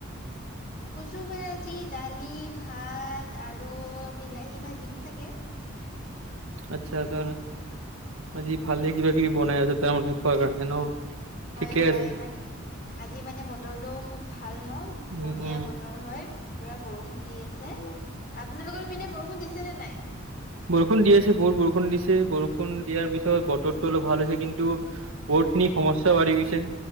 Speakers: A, on the right; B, on the left.
A: <inaudible>
B: কচু ভাজি দালি ভাত আৰু বিলাহী ভাজিম চাগে।
A: আচ্ছা ত' আজি ভালে কিবা কিবি বনাই আছে তাৰমানে। <inaudible>
B: হয়,
A: ঠিকে
B: হয়
A: আছে।
B: মানে আজি মানে বতৰটো খুব ভাল ন
A: উম
B: বঢ়িয়া
A: উম
B: বতৰ। হয় পুৰা বৰষুণ দি আছে। আপোনালোকৰ পিনে বৰষুণ দিছে নে নাই?
A: বৰষুণ দি আছে বহুত বৰষুণ দিছে। বৰষুণ দিয়াৰ পিছত বতৰটো অলপ ভাল হৈছে। কিন্তু বহুতখিনি সমস্যা বাঢ়ি গৈছে।